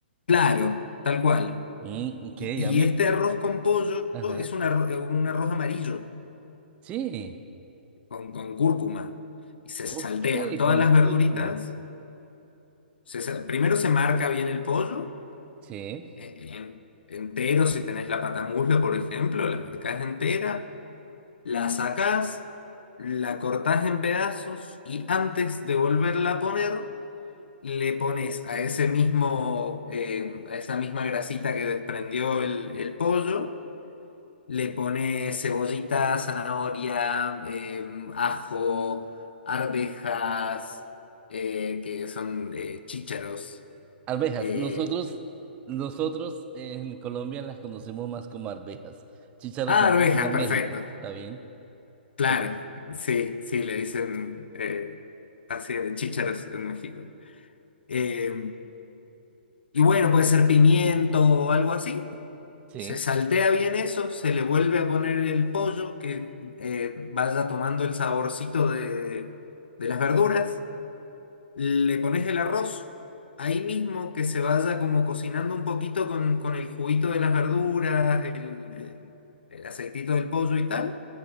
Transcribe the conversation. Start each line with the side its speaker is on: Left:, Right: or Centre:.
Left: Claro, tal cual.
Right: Mm, ok,
Left: Y,
Right: a mí,
Left: y este arroz con pollo
Right: ajá,
Left: es un arroz, un arroz amarillo
Right: sí,
Left: con, con cúrcuma. Y se saltean
Right: ok,
Left: todas
Right: con
Left: las
Right: cúrcuma,
Left: verduritas. Se sa- primero se marca bien el pollo,
Right: sí.
Left: e- en- entero, si tenés la patamuslo, por ejemplo, la marcás entera, la sacás, la cortás en pedazos y antes de volverla a poner, le pones a ese mismo, eh, a esa misma grasita que desprendió el el pollo. Le pone cebollita, zanahoria, eh, ajo, arvejas, eh, que son eh, chícharos.
Right: Arvejas,
Left: eh,
Right: nosotros, nosotros en Colombia las conocemos más como arvejas. Chícharos
Left: ah,
Right: sería
Left: arvejas,
Right: como en
Left: perfecto.
Right: México, ¿está bien?
Left: Claro,
Right: Ok.
Left: sí, sí, le dicen eh, así de chícharos en México. Eh, y bueno, puede ser pimiento o algo así.
Right: Sí,
Left: Se saltea bien eso, se le vuelve a poner el pollo que eh, vaya tomando el saborcito de de las verduras. le pones el arroz ahí mismo, que se vaya como cocinando un poquito con, con el juguito de las verduras, el, el- el aceitito del pollo y tal.